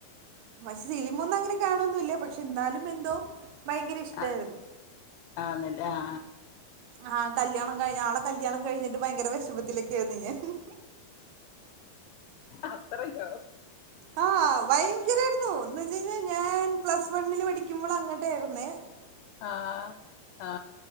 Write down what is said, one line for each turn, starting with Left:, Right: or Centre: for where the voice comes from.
Right: പശ് സില്മൊന്നങ്ങനെ കാണൊന്നൊല്ല പ എന്നാലും എന്തോ ഭയങ്കര ഇഷ്ടായിരുന്നു
Left: അ ആന്ന് ല്ലേ ആ
Right: ആഹ കല്യാണം കഴിഞ്ഞ ആളെ കല്യാണം കഴിഞ്ഞിട്ട് ഭയങ്കര വെ ഷമത്തിലൊക്കെ ആരുന്നു ഞാൻ.
Left: അത്രക്കോ
Right: ആ ഭയങ്കരായിരുന്നു എന്നുവെച്ചയി ഞാൻ പ്ലസ് വണ്ണിൽ പഠിക്ക്മ്പള് അങ്ങട്ടായിരുന്നേ
Left: ആ ആ